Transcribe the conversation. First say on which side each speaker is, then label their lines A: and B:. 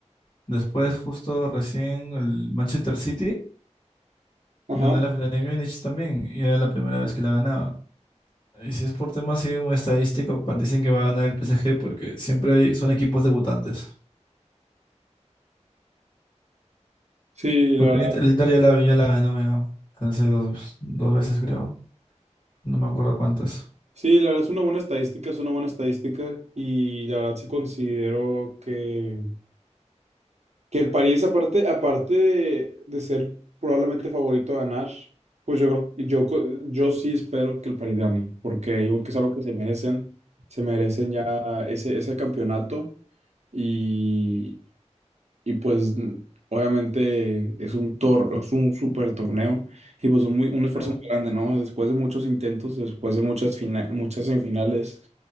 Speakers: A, on the left; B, on the right.
A: Después, justo recién, el Manchester City
B: ajá,
A: ganó la final de Múnich también y era la primera vez que la ganaba. Y si es por temas así, un estadístico, pa- dicen que va a ganar el PSG porque siempre hay- son equipos debutantes.
B: sí, la
A: Porque el Inter el Inter ya la, ya la ganó ya hace dos, dos veces, creo. No me acuerdo cuántas.
B: Sí, la verdad es una buena estadística, es una buena estadística y la verdad sí considero que, que el París aparte, aparte de, de ser probablemente favorito a ganar, pues yo, creo- yo, co- yo sí espero que el París gane, porque yo creo que es algo que se merecen, se merecen ya ese, ese campeonato y, y pues obviamente es un tor es un super torneo. Y pues un, muy, un esfuerzo
A: Pero
B: muy grande, ¿no? Después de muchos intentos, después de muchas, fina- muchas semifinales,